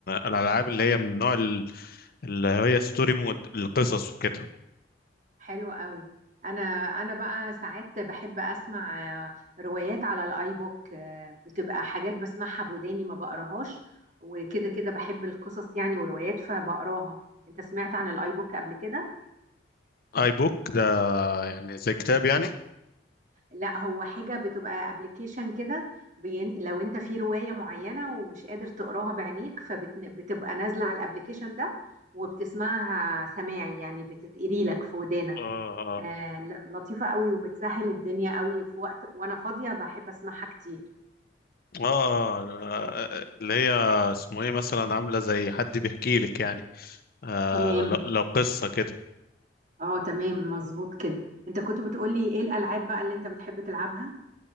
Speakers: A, on the left (about 55°); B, on the right (about 45°).
A: الالعاب اللي هي من نوع ال- اللي هي ستوري مود القصص وكده
B: حلو قوي انا انا بقى ساعات بحب اسمع آه، روايات على الاي بوك آه، بتبقى حاجات بسمعها بوداني ما بقراهاش وكده كده بحب القصص يعني وروايات فبقراها انت سمعت عن الاي بوك قبل كده
A: اي بوك ده يعني زي كتاب يعني
B: لا هو حاجة بتبقى ابلكيشن كده بين... لو انت في رواية معينة ومش قادر تقراها بعينيك فبتبقى نازلة على الابلكيشن ده وبتسمعها سماعي يعني بتتقري لك في ودانك
A: اه اه
B: آه ل- لطيفة قوي وبتسهل الدنيا قوي في وقت وانا فاضية بحب اسمعها كتير
A: اه آه، آه، اللي هي اسمه ايه مثلا عاملة زي حد بيحكي لك يعني آه
B: تمام
A: لو لو قصة كده
B: اه تمام مظبوط كده انت كنت بتقولي ايه الالعاب بقى اللي انت بتحب تلعبها